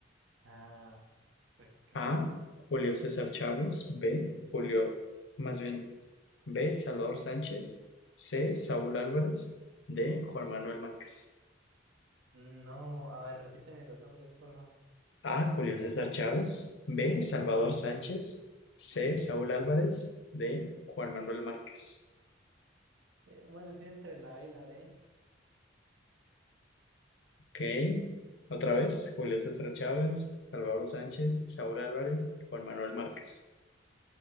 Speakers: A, on the right; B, on the left.
A: Ah, pues cane.
B: A. Julio César Chávez. B.
A: Mm,
B: Julio, más bien, B. Salvador Sánchez. C. Saúl Álvarez. D. Juan Manuel Márquez.
A: No, a ver, repíteme los nombres, porfa.
B: A. Julio César Chávez. B.
A: Ujú.
B: Salvador Sánchez. C. Saúl Álvarez. D. Juan Manuel Márquez.
A: Eh, bueno, estoy entre la A y la D.
B: Ok. Otra vez, Julio César Chávez, Salvador Sánchez, Saúl Álvarez y Juan Manuel Márquez.